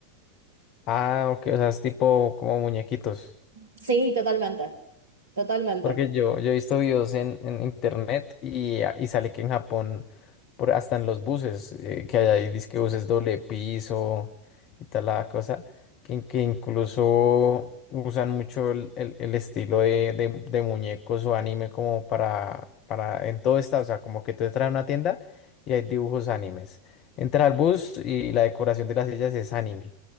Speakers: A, on the left; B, on the right.
A: Ah, ok, o sea, es tipo como muñequitos.
B: Sí, totalmente, totalmente,
A: Porque yo, yo he visto videos en, en internet y, ah, y sale que en Japón, por, hasta en los buses, eh, que hay ahí, dizque buses doble piso y tal la cosa, que, que incluso usan mucho el, el- el estilo de, de- de muñecos o anime como para, para, en todo está, o sea, como que tú entras a una tienda y hay dibujos animes. Entra al bus y la decoración de las sillas es anime.